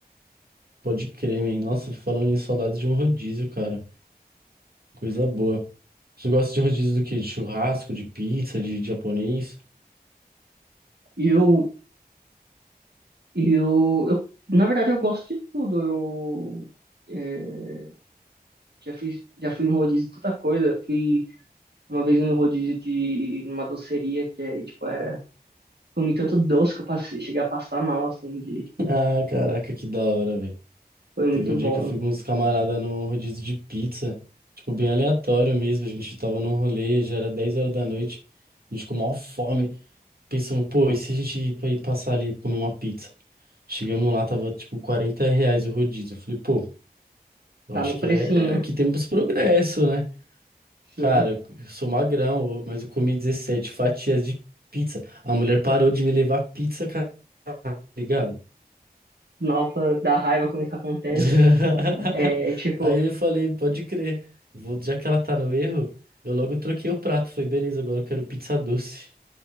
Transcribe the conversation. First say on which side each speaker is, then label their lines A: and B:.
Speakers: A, on the right; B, on the right.
A: Pode crer, man. Nossa, falando em saudades de um rodízio, cara. Coisa boa. Você gosta de rodízio do quê? De churrasco, de pizza, de japonês? <laughs>
B: E eu, e eu, eu, na verdade, eu gosto de tudo. Eu é, já fiz, já fui em rodízio de tanta coisa. Fui uma vez em rodízio de numa doceria que é, tipo, era, comi tanto doce que eu passei, cheguei a passar mal, assim, de,
A: Ah, caraca, que da hora, velho.
B: foi muito
A: Teve um dia
B: bom.
A: que eu fui com uns camaradas no rodízio de pizza. Tipo, bem aleatório mesmo. A gente tava num rolê, já era 10 horas da noite. A gente com maior fome. Pensando, pô, e se a gente ir pra- ir passar ali e comer uma pizza? Chegamos lá, tava tipo 40 reais o rodízio. Eu falei, pô, eu
B: Tá
A: acho
B: no
A: que
B: precinho,
A: é. Aqui temos progresso, né?
B: sim.
A: Cara, eu sou magrão, mas eu comi 17 fatias de pizza. A mulher parou de me levar pizza, cara, tá ligado?
B: Nova, dá raiva quando isso acontece.
A: <laughs>
B: É, é tipo,
A: Aí eu falei, pode crer. Vou, já que ela tá no erro, eu logo troquei o prato. Falei, beleza, agora eu quero pizza doce.